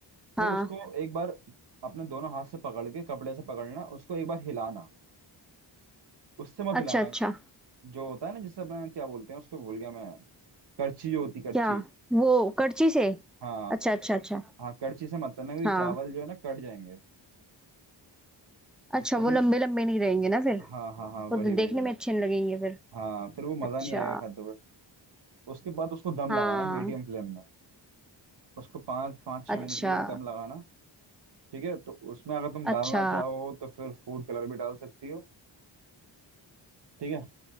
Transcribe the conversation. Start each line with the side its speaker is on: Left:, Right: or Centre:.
Right: फिर
Centre: हाँ
Right: उसको एक बार अपने दोनों हाथ से पकड़ के कपड़े से पकड़ना उसको एक बार हिलाना उससे मत हिलाना
Centre: अच्छा अच्छा
Right: जो होता है ना जिससे अपना क्या बोलते हैं उसको भूल गया मैं करछी जो होती करछी
Centre: क्या वो करची से
Right: हाँ
Centre: अच्छा अच्छा अच्छा
Right: हाँ कड़ची से मत करना क्योंकि
Centre: हाँ
Right: चावल जो है ना कट जाएंगे तो
Centre: अच्छा
Right: तुम
Centre: वो लंबे लंबे नहीं रहेंगे ना फिर
Right: हाँ हाँ हाँ
Centre: वो
Right: वही
Centre: तो
Right: वही
Centre: देखने में अच्छे नहीं लगेंगे फिर
Right: हाँ फिर वो मज़ा
Centre: अच्छा
Right: नहीं आएगा खाते हुए उसके बाद उसको दम
Centre: हाँ
Right: लगाना मीडियम फ्लेम में उसको पाँच पाँच छः
Centre: अच्छा
Right: मिनट के लिए दम लगाना ठीक है तो उसमें अगर तुम डालना
Centre: अच्छा
Right: चाहो तो फिर फूड कलर भी डाल सकती हो ठीक है